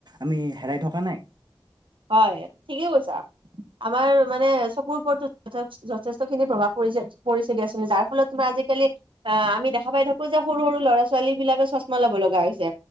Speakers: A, on the right (about 55°); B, on the right (about 80°).
A: আমি হেৰাই থকা নাই।
B: হয় ঠিকেই কৈছা, আমাৰ মানে চকুৰ <unintelligible> যথেষ্ট খিনি প্ৰভাৱ পৰি পৰিছে দিয়াচোন যাৰ ফলত তোমাৰ আজিকালি অ' আমি দেখ <unintelligible> পাই থাকোঁ যে সৰু সৰু ল'ৰা ছোৱালীবিলাকে চশমা ল'ব লগা হৈছে